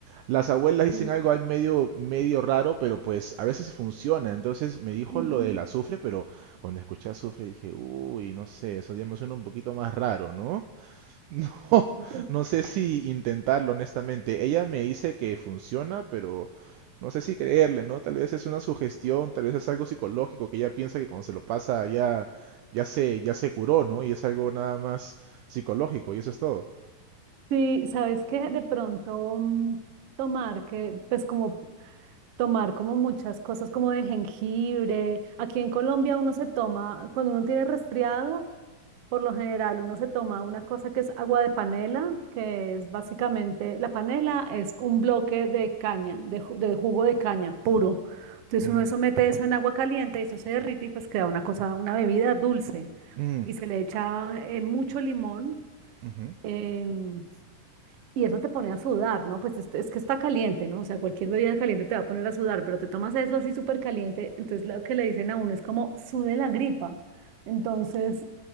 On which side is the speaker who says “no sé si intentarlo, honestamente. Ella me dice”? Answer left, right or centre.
Right